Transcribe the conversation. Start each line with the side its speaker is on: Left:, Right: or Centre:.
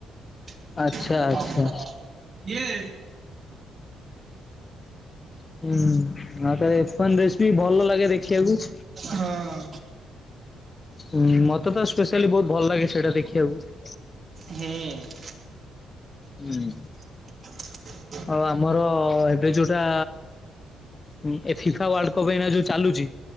Right: କିଏ?
Left: ଆଚ୍ଛା ଆଚ୍ଛା। ହୁଁ ଆ <unintelligible> ରେସପି ଭଲ ଲାଗେ ଦେଖିବାକୁ।
Right: ହଁ।
Left: ହୁଁ ମତେ ତ ସ୍ପେଶାଲି ବହୁତ ଭଲ ଲାଗେ ସେଇଟା ଦେଖିବାକୁ।
Right: ହୁଁ।
Left: ହୁଁ।
Right: <inaudible>
Left: ଆଉ ଆମର ଏବେ ଯୋଉଟା ହ ଏ ଫିଫା ୱାର୍ଲଡ କପ ଏଇ ଯୋଉ ଚାଲୁଛି।